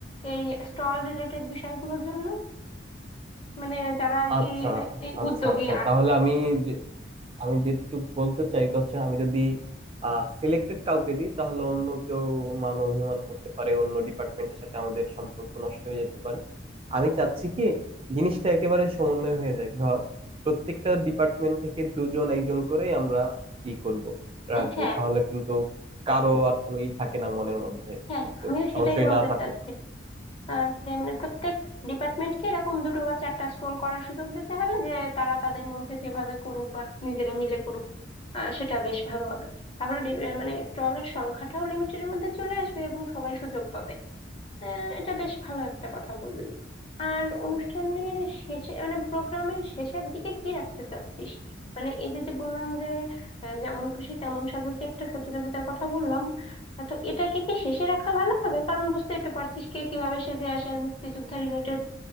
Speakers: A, on the left; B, on the right.
A: এই স্টল রিলেটেড বিষয়গুলোর জন্য মানে যারা আর
B: আচ্ছা
A: কি আহ, এই
B: আচ্ছা
A: উদ্যোগী
B: আচ্ছা
A: আছে
B: তাহলে আমি যে- আমি যেটুকু বলতে চাই এটা হচ্ছে আমি যদি সিলেক্টেড কাউকে দিই তাহলে অন্য কেউ মান অভিমান করতে পারে অন্য ডিপার্টমেন্টের সাথে আমাদের সম্পর্ক নষ্ট হয়ে যেতে পারে আমি চাচ্ছি কি জিনিসটা একেবারে সমন্বয় হয়ে যায় ধর প্রত্যেকটা ডিপার্টমেন্ট থেকে দুজন একজন করেই আমরা ই করব রাখবো
A: এ, হ্যাঁ
B: তাহলে কিন্তু কারো আর কোনো ই থাকে না মনের মধ্যে
A: হ্যাঁ হ্যাঁ,
B: একটু
A: আমিও
B: সংশয়
A: সেটাই বলতে
B: না থাকুক
A: চাচ্ছি আহ, যে মানে প্রত্যেক ডিপার্টমেন্টকে এরকম দুটো বা চারটা স্টোর করার সুযোগ দিতে হবে যে তারা তাদের মধ্যে যেভাবে করুক বা নিজেরা মিলে করুক আহ, সেটা বেশ ভালো হবে তাহলে ডি- আহ, মানে স্টলের সংখ্যাটাও লিমিটের মধ্যে চলে আসবে এবং সবাই সুযোগ পাবে আহ, এটা বেশ ভালো একটা কথা বললি আর অনুষ্ঠানের শেষে মানে প্রোগ্রামের শেষের দিকে কি রাখতে চাচ্ছিস মানে এই যে যে বললাম যে আহ, যেমন খুশি তেমন সাজো যে একটা প্রতিযোগিতার কথা বললাম আহ, তো এটাকে কি শেষে রাখা ভালো হবে কারণ বুঝতেই তো পারছিস কে কিভাবে সেজে আসে আর মুক্তিযোদ্ধা রিলেটেড